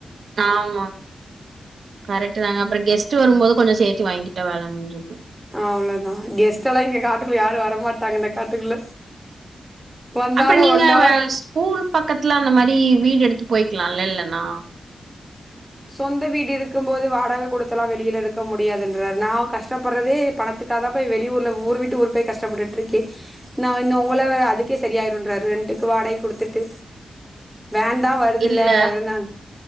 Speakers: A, on the right; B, in the centre.
A: ஆமா கரெக்ட்டு தாங்க அப்பற கெஸ் ட் வரும் போது கொஞ்ச சேத்தி வாங்க்கிட்டா வேல முடிஞ்சுது
B: அவ்ளதா கெஸ்ட் எல்லா இங்க காட்டுக்குள்ள யாரு வரமாட்டாங்க இந்த காட்டுக்குள்ள வந்தாலு
A: அப்ப நீங்க
B: ஒன் அவர்
A: ஸ்கூல் பக்கத்துல அந்த மாரி வீடு எடுத்து போய்க்கலால்ல இல்லனா
B: சொந்த வீடு இருக்கும் போது வாடக குடுத்தெலா வெளியில இருக்க முடியாதுன்றாரு நா கஷ்டப்படறதே பணத் துக்காக போய் வெளியூர்ல ஊர் விட்டு ஊர் போய் கஷ்டப்பட்டுட்ருக்கே நா இன்னு உங்கள வே அதுக்கே செரியாயிருன்றாரு வீட்டுக்கு வாடகை குடுத்துட்டு வேன் தா வருதுல்ல
A: இல்ல
B: அதுல நா